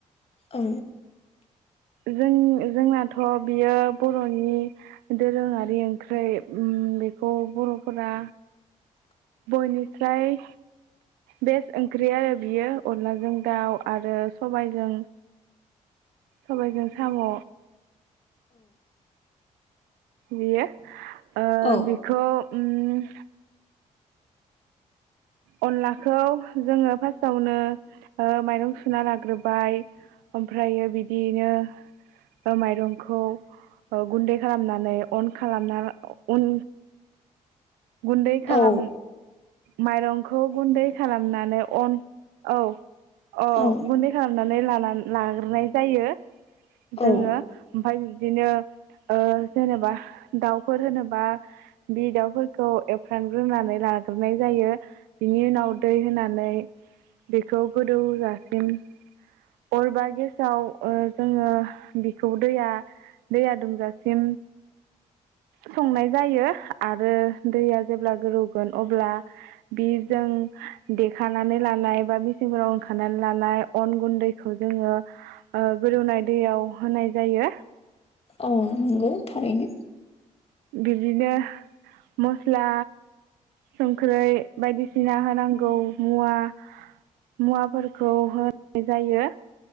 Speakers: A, on the left; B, on the right.
A: औ
B: जों जोंनाथ' बियो बर'नि दोरोङारि ओंख्रै ओम बेखौ बर'फोरा बयनिस्राय बेस्ट ओंख्रि आरो बियो अनलाजों दाउ आरो सबायजों सबायजों साम' बियो ओ
A: औ
B: बेखौ उम अनलाखौ जोङो फास्टआवनो ओ माइरं सुना लाग्रोबाय ओमफ्रायो बिदिनो ओ माइरंखौ ओ गुन्दै खालामनानै अन खालामना अन गुन्दै खालाम
A: औ
B: माइरं खौ गुन्दै खालामनानै अन औ अ
A: औ
B: गुन्दै खाल मनानै लानान-लाग्रोनाय जायो जोङो
A: औ
B: ओमफाय बिदिनो ओ जेनेबा दाउफोर होनोबा बि दाउफोरखौ एवफ्रानग्रोनानै लाग्रोनाय जायो बिनि उनाव दै होनानै बेखौ गोदौजासिम अर बा गेसाव ओ जोङो बिखौ दैया दैया दुंजासिम संनाय जायो आरो दैया जेब्ला गोदौगोन अब्ला बि जों देखानानै लानाय बा मेचिनफोराव उनखानानै लानाय अन गुन्दैखौ जोङो गोदौनाय दैयाव होनाय जायो
A: औ नोंगौ थारैनो
B: बिबदिनो मस्ला संख्रै बायदिसिना होनांगौ मुवा-मुवाफोरखौ होनाय जायो